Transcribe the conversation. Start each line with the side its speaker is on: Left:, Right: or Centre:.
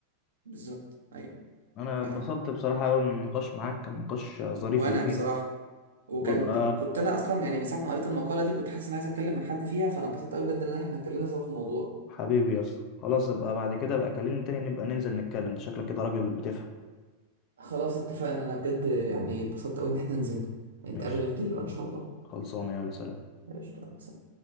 Right: بالظبط ايوه
Left: انا
Right: ف
Left: اتبسطت بصراحة قوي من النقاش معاك كان نقاش ظريف
Right: وانا
Left: ولذيذ
Right: بصراحه وكان
Left: وابقى
Right: وكنت انا اصلا يعني من ساعه ما قريت المقاله دي كنت حاسس ان عايز اتكلم مع حد فيها فانا اتبسطت قوي بجد ان احنا اتكلمنا سوا في الموضوع
Left: حبيبي يا اسطى خلاص ابقى بعد كده ابقى كلمني تاني نبقى ننزل نتكلم انت شكلك كده راجل بتفهم
Right: خلاص اتفقنا انا بجد يعني اتبسطت قوي ان احنا نزلنا نتقابل
Left: ماشي
Right: يوم تاني بقى ان شاء الله
Left: خلصانة يلا سلام
Right: قشطة مثلا